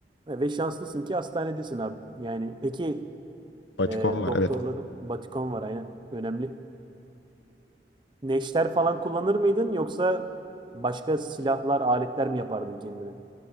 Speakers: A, on the right (about 25°); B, on the left (about 85°).
A: e, ve şanslısın ki hastanedesin abi. Yani peki
B: Batikon
A: e,
B: var
A: doktorların
B: evet.
A: Batikon var aynen. Önemli. Neşter falan kullanır mıydın yoksa başka silahlar, aletler mi yapardın kendine?